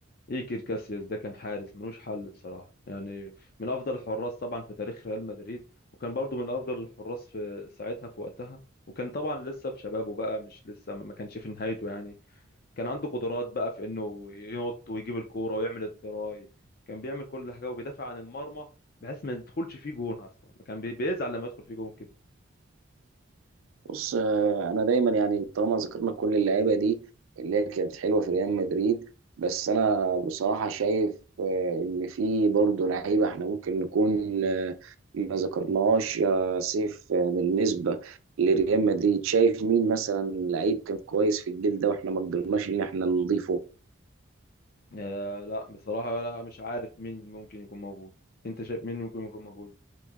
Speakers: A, on the left; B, on the right.
A: ايكر كاسياس ده كان حارس ملوش حل بصراحة يعني من افضل الحراس طبعا في تاريخ ريال مدريد وكان برضو من افضل الحراس في ساعتها في وقتها وكان طبعا لسه في شبابه بقى مش لسه ما كانش في نهايته يعني كان عنده قدرات بقى في انه ينط ويجيب الكورة ويعمل التراي كان بيعمل كل حاجة وبيدافع عن المرمى بحيث ما يدخلش فيه جون اصلا كان بي- بيزعل لما يدخل فيه جون كده
B: بص آه، انا دايما يعني طالما ذكرنا كل اللعيبه دي اللي هي كانت حلوه في ريال مدريد بس انا بصراحه شايف آه، ان في برضه لعيبه احنا ممكن نكون آه، ما ذكرناهاش يا سيف آه، بالنسبه لريال مدريد شايف مين مثلا لعيب كان كويس في الجيل ده واحنا ما قدرناش ان احنا نضيفه
A: آه لا بصراحة لا مش عارف مين ممكن يكون موجود انت شايف مين ممكن يكون موجود